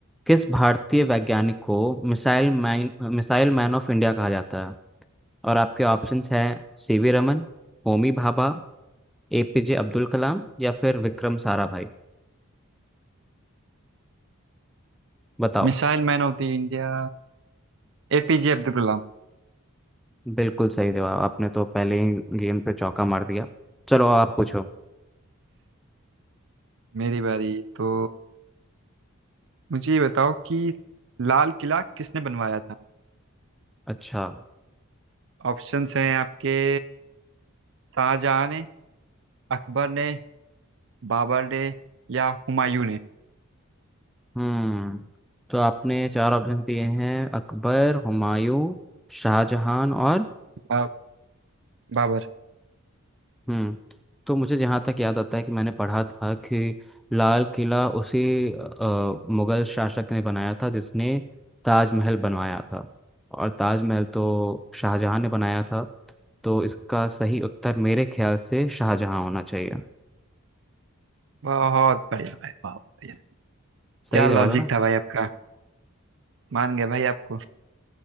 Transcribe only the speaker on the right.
Missile man of the India APJ Abdul Kalam
मेरी बारी तो मुझे ये बताओ कि लाल किला किसने बनवाया था
ऑप्शंस हैं आपके शाहजहां ने अकबर ने बाबर ने या हुमायूं ने
बा, बाबर
बहुत बढ़िया भाई बहुत बढ़िया
क्या
लॉजिक
था भाई आपका मान गए भाई आपको